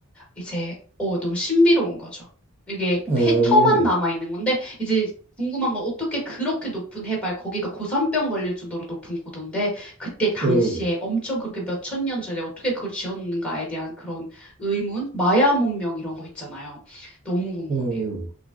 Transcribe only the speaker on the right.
오,
오,
오.